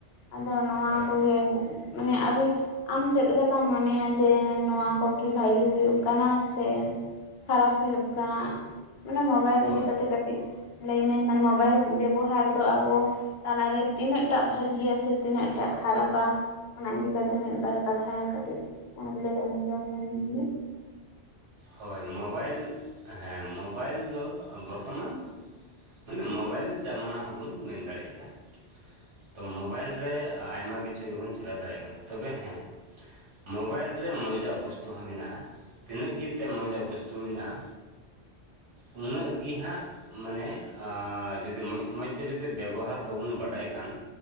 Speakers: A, on the left; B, on the right.
A: ᱟᱫᱚ ᱱᱚᱣᱟ
B: ᱦᱳᱭ
A: ᱠᱚᱜᱮ ᱢᱟᱱᱮ ᱟᱵᱤ ᱟᱢ ᱪᱮᱫ ᱞᱮᱠᱟᱢ ᱢᱚᱱᱮᱭᱟ ᱡᱮ ᱱᱚᱣᱟ ᱠᱚ ᱠᱤ ᱵᱷᱟᱹᱜᱤ ᱦᱩᱭᱩᱜ ᱠᱟᱱᱟ? ᱥᱮ ᱠᱷᱟᱨᱟᱯ ᱦᱩᱭᱩᱜ ᱠᱟᱱᱟ? ᱢᱟᱱᱮ ᱢᱳᱵᱟᱭᱤᱞ ᱤᱫᱤ
B: ᱦᱳᱭ
A: ᱠᱟᱛᱮ ᱠᱟᱹᱴᱤᱡ ᱞᱟᱹᱭᱢᱮ ᱢᱟᱱᱮ ᱢᱳᱵᱟᱭᱤᱞ ᱵᱮᱵᱚᱦᱟᱨ ᱫᱚ ᱟᱵᱚ ᱛᱟᱞᱟᱨᱮ ᱛᱤᱱᱟᱹᱜ ᱴᱟᱜ ᱵᱷᱟᱹᱜᱤᱭᱟ ᱥᱮ ᱛᱤᱱᱟᱹᱜ ᱴᱟᱜ ᱠᱷᱟᱨᱟᱯᱟ? ᱚᱱᱟ ᱤᱫᱤ ᱠᱟᱛᱮ ᱢᱤᱫ ᱵᱟᱨ ᱠᱟᱛᱷᱟ ᱠᱟᱹᱴᱤᱡ ᱞᱟᱹᱭ ᱟᱡᱚᱢᱟᱹᱧ ᱢᱮ ᱾
B: ᱦᱳᱭ ᱢᱳᱵᱟᱭᱤᱞ ᱦᱮᱸ ᱢᱳᱵᱟᱭᱤᱞ ᱫᱚ ᱵᱚᱨᱛᱚᱢᱟᱱ ᱢᱟᱱᱮ ᱢᱳᱵᱟᱭᱤᱞ ᱡᱟᱢᱟᱱᱟ ᱦᱚᱸᱵᱚᱱ ᱢᱮᱱ ᱫᱟᱲᱮᱜ ᱜᱮᱭᱟ ᱾ ᱛᱚ ᱢᱳᱵᱟᱭᱤᱞ ᱨᱮ ᱟᱭᱢᱟ ᱠᱤᱪᱷᱩ ᱜᱮᱵᱚᱱ ᱪᱮᱠᱟ ᱫᱟᱲᱮᱭᱟᱜ ᱠᱟᱱᱟ, ᱛᱚᱵᱮ ᱦᱮᱸ ᱢᱳᱵᱟᱭᱤᱞ ᱨᱮ ᱢᱚᱡᱽ ᱟᱜ ᱵᱚᱥᱛᱩ ᱦᱚᱸ ᱢᱮᱱᱟᱜᱼᱟ ᱛᱤᱱᱟᱹᱜ ᱜᱮ ᱛᱮ ᱢᱚᱡᱟᱜ ᱵᱚᱥᱛᱩ ᱢᱮᱱᱟᱜᱼᱟ, ᱩᱱᱟᱹᱜ ᱜᱮ ᱦᱟᱸᱜ ᱢᱟᱱᱮ ᱟᱸ ᱡᱚᱫᱤ ᱢᱚᱸᱡ ᱢᱚᱸᱡᱽ ᱛᱮ ᱡᱩᱫᱤ ᱵᱮᱵᱚᱦᱟᱨ ᱵᱟᱵᱚᱱ ᱵᱟᱰᱟᱭ ᱠᱷᱟᱱ